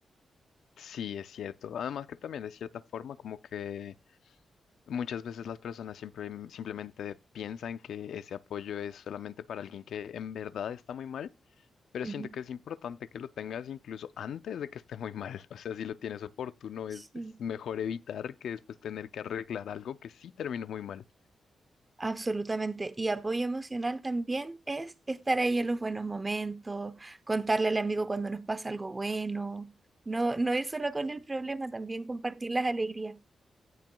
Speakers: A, on the left; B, on the right.
A: Sí, es cierto. Además que también de cierta forma como que muchas veces las personas siempre simplemente piensan que ese apoyo es solamente para alguien que en verdad está muy mal Pero
B: Ujú.
A: siento que es importante que lo tengas incluso antes de que esté muy mal. <laughs> O sea, si lo tienes oportuno,
B: Sí,
A: es, es mejor evitar que después tener que arreglar algo que sí terminó muy mal.
B: absolutamente. Y apoyo emocional también es estar ahí en los buenos momentos, contarle al amigo cuando nos pasa algo bueno, no, no ir solo con el problema, también compartir las alegrías.